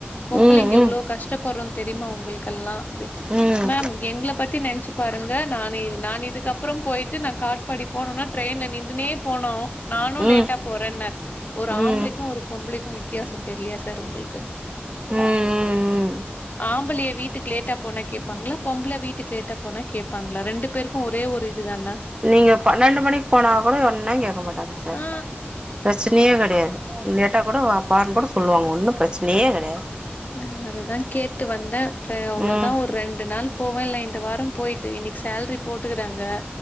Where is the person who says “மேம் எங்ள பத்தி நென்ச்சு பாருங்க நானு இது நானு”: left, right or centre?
Left